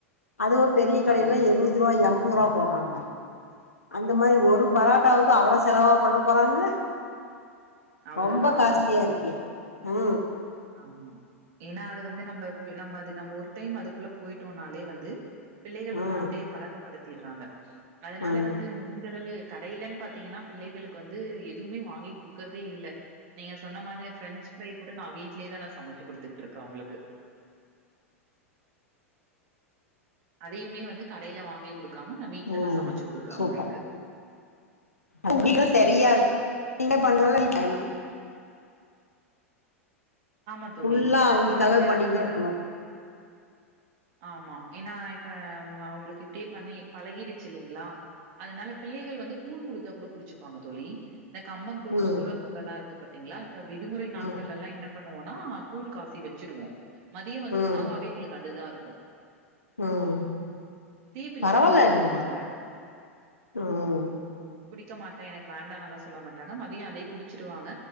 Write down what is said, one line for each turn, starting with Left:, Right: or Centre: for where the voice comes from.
Left: அதுவு பெரிய கடைல
Right: ஆமா.
Left: எழுபது ரூபா எண்பது ரூபா போடுறாங்க அந்த மாரி ஒரு பரோட்டாவுக்கு அவ்ளவு செலவா பண்ண போறாங்க
Right: அவ்வளலாம்
Left: ரொம்ப
Right: ஆகாது
Left: காஸ்ட்லியா
Right: தோழி.
Left: இருக்கு ஆ
Right: ஆமா ஏனா அது வந்து நம்ம நம்ம அது நம்ம ஒரு டைம் அதுக்குள்ள போயிட்டோனாலே வந்து பிள்ளைகள்
Left: ம்
Right: வந்து அப்டியே பழக்கப்படுத்திறாங்க அதனால
Left: ம்
Right: வந்து முடிஞ்சளவு கடையில்லன்னு பாத்தீங்னா பிள்ளைகளுக்கு வந்து எதுமே வாங்கி குடு குக்கறதே இல்ல நீங்க சொன்ன மாரி பிரெஞ்சி ஃப்ரை கூட நா வீட்லேயே தா நா சமச்சி குடுத்துக்கிட்டு இருக்க அங்களுக்கு அதையுமே வந்து கடையில வாங்கி குடுக்காம நா வீட்ல
Left: ம்
Right: தா சமச்சு குடுக்குறே
Left: சூப்பர்
Right: அவுங்களுக்கு
Left: உங்களுக்கு சரியா இருக்கு நீங்க பண்ணுன்ற டைமு
Right: ஆமா தோழி
Left: ஃபுல்லா
Right: ஏனா
Left: அவங்களுக்காகவே
Right: காலேல
Left: பண்ணிட்டே
Right: நம்ப
Left: இருக்கணு
Right: ஆமா ஏனா இப்ப அவுங்களுக்கு இப்டியே பண்ணி பழகிடுச்சி இல்லங்ளா அதனால பிள்ளைகள் வந்து கூழ் குடுத்தா கூட குடிச்சுப்பாங்க தோழி இந்த கம்பங்கூழ்
Left: ம்
Right: சோளக்கூள் எல்லா இருக்கு பாத்தீங்களா இப்ப விடுமுறை நாட்கள்ல்லா
Left: ம்
Right: என்ன பண்ணுவோனா கூழ் காசி வச்சுடுவோ மதிய வந்து
Left: ம்
Right: உணவாவே எங்களுக்கு அதுதா இருக்கு
Left: ம்
Right: பிள்ளைகளும்
Left: பரவால
Right: குடிச்சிருவாங்க.
Left: அது ம்
Right: குடிக்க மாட்டே எனக்கு வேண்டானெல்லா சொல்ல மாட்டாங்க மதிய அதே குடிச்சிருவாங்க